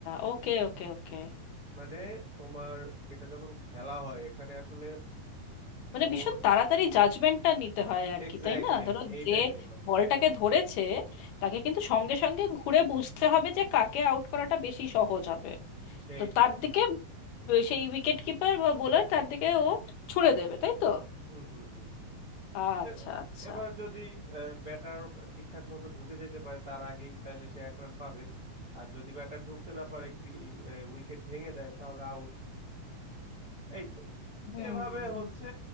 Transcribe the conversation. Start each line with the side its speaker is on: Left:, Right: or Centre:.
Left: ওকে ওকে ওকে
Right: মানে তোমার এটা যখন খেলা হয় এখানে আসলে
Left: মানে
Right: মন
Left: ভীষণ তাড়াতাড়ি জাজমেন্টটা নিতে হয় আর
Right: এক্স্যাক্টলি
Left: কি তাই না ধরো
Right: আমি এইটাই
Left: যে
Right: বললাম
Left: বলটাকে ধরেছে তাকে কিন্তু সঙ্গে সঙ্গে ঘুরে বুঝতে হবে যে কাকে আউট করাটা বেশি সহজ হবে
Right: সেইটাই
Left: তো তার দিকে ব- সেই উইকেট কিপার বা বোলার তার দিকে ও ছুড়ে দেবে তাই তো
Right: হুম হুম হুম হুম
Left: আচ্ছা
Right: এ-
Left: আচ্ছা
Right: এবার যদি ব্যাটার ঠিকঠাক মতো ঢুকে যেতে পারে তার আগেই তাহলে সে এক রান পাবে আর যদি ব্যাটার ঢুকতে না পারে উইকেট ভেঙে দেয় তাহলে আউট এই তো
Left: হুম
Right: এভাবে হচ্ছে